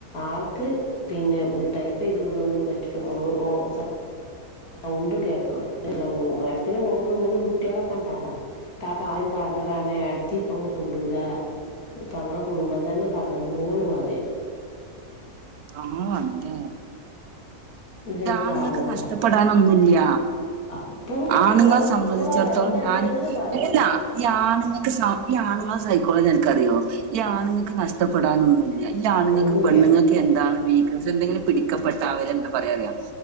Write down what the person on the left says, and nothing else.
ആൾക്ക് പിന്നെ ടൈപ്പ് ചെയ്ത് വിടുന്നതുപറ്റുലാ ഓളോട്ഓ പ സൗണ്ട് കേക്ക എട്ടത്തിന്റെ മോൾക്ക് മൂന്ന് കുട്ടികളൊക്കെ ഉണ്ട് അവിടെ ആ കാര്യം പറഞ്ഞ കാരണംഎടത്തി ഇപ്പം മിണ്ടൂല ഇപ്പ ഞങ്ങളെ കുടുംബം തന്നെ തകർന്നുന്ന് പറയാം
ഈ ഒരു
കാരണത്താൽ
അപ്പളും
അപ്പൊ ഓളായിട്ട്
ഇപ്പളും ആ ബന്ധണ്ട്ന്ന്
പറഞ്ഞാണ്
ഒന്നുയ്യ